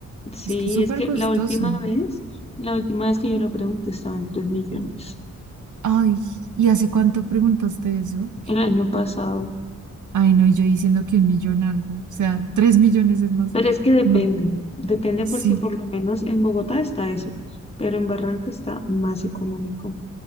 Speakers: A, on the left; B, on the right.
A: Sí,
B: es que es súper
A: es que
B: costoso.
A: la última vez, la última vez que yo lo pregunté estaba en 3 millones
B: Ay, ¿y hace cuánto preguntaste eso?
A: el año pasado.
B: Ay, no, y yo diciendo que un millón algo, o sea, tres millones es más.
A: Pero es que depende,
B: No,
A: depende
B: sí.
A: porque por lo menos en Bogotá está eso, pero en Barranca está más económico.